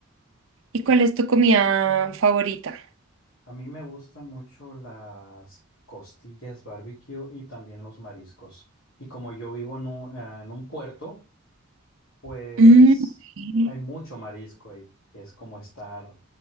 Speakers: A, on the right (about 65°); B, on the left (about 70°).
A: ¿Y cuál es tu comida favorita?
B: A mí me gustan mucho las costillas barbecue y también los mariscos. Y como yo vivo en un, eh, en un puerto, Pues
A: Mm, ok.
B: hay mucho marisco y, y es como estar,